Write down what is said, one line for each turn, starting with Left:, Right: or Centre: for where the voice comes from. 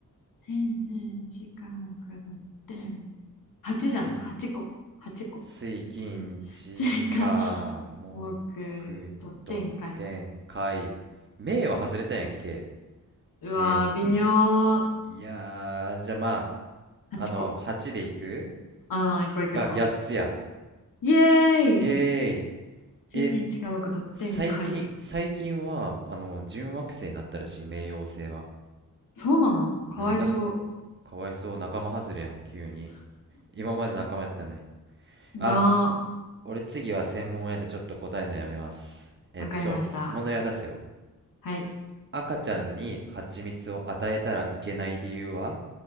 Left: 天然、時間をかどって、8じゃない、
Right: 水、
Left: 8個、8個。
Right: 水、
Left: 水平、
Right: 金、地、
Left: 時間、
Right: 火、木、
Left: 多く、とってんかい。
Right: 土、天、海。冥は外れたんやっけ
Left: うわー、
Right: 冥王星。
Left: 微妙。
Right: いやー、じゃあま
Left: 8個。
Right: あ、あの、8でいく
Left: あー、行こう行こう行こ
Right: いや、8つや。
Left: う。イエーイ
Right: イエ
Left: 地域に近いくドッテン会。
Right: ーイ。え、最近、最近は、あの、準惑星になったらしい、冥王星は。
Left: そうなのかわいそ
Right: うん、だ、かわいそう、仲間外れやん、急に。今まで仲間やったのに。
Left: う。
Right: あ、
Left: な
Right: 俺次は専門やでちょっと答えのやめます。えっと、
Left: わかりました。
Right: 問題は出すよ。
Left: はい。
Right: 赤ちゃんに蜂蜜を与えたらいけない理由は